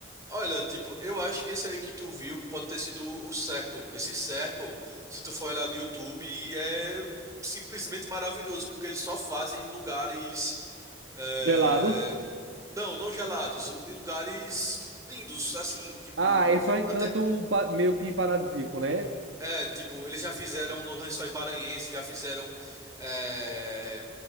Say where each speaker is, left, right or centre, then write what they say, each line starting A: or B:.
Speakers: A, on the right; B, on the right.
A: Olha, tipo, eu acho que esse aí que tu viu pode ter sido o Circle. Esse Circle, se tu for olhar no YouTube, é simplesmente maravilhoso, porque eles só fazem em lugares. eh,
B: Gelados.
A: Não, não gelados, em lugares lindos, assim, tipo.
B: Ah, é só encanto
A: Até.
B: pa- meio que paradisíaco, né?
A: É, tipo, eles já fizeram nos Lençóis Maranhenses, já fizeram. eh,